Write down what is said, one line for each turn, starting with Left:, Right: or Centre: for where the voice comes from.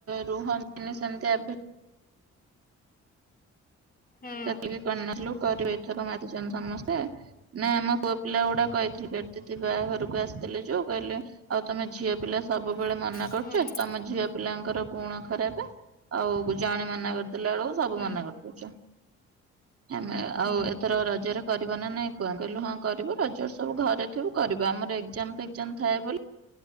Right: ରୁହନ୍ତିନି ସେମତି ଏବେ
Left: ହୁଁ
Right: ସେତିକି କରିନଥିଲୁ କରିବେ ଏଥର ମାତିଛନ୍ତି ସମସ୍ତେ। ନା ଆମ ପୁଅ ପିଲାଗୁଡା କହିଥିଲେ, ବେବି ଦିଦି ବାହା ଘରକୁ ଆସିଥିଲେ ଯୋଉ କହିଲେ ଆଉ ତମେ ଝିଅ ପିଲା ସବୁବେଳେ ମନା
Left: ହୁଁ
Right: କରୁଛ। ତମ ଝିଅ ପିଲାଙ୍କର ଗୁଣ ଖରାପ ଆଉ ଜଣେ ମନା କରିଦେଲା ବେଳକୁ ସବୁ
Left: ହୁଁ
Right: ମନା କରିଦଉଚ। ଆମେ ଆଉ
Left: ହୁଁ
Right: ଏଥର ରଜରେ କରିବ ନା ନାଇଁ କୁଆ କହିଲୁ ହଁ କରିବୁ ରଜ ସବୁ ଘରେ ଥିବୁ କରିବ ଆମର ଏକ୍ଜାମ ଫେକ୍ଜାମ ଥାଏ ବୋଲି